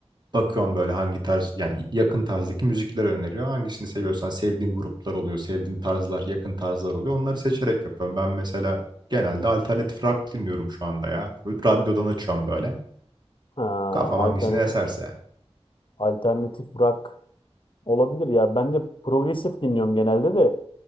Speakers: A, on the right; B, on the left.
A: Bakıyorsun böyle hangi tarz, yani yakın tarzdaki müzikler öneriyor. Hangisini seviyorsan sevdiğin gruplar oluyor, sevdiğin tarzlar, yakın tarzlar oluyor. Onları seçerek yapıyorum. Ben mesela genelde alternatif rock dinliyorum şu anda ya. Radyodan açıyorum böyle.
B: Ha,
A: Kafam
B: alternatif
A: hangisini eserse
B: alternatif rock Olabilir ya. Ben de progresif dinliyorum genelde de.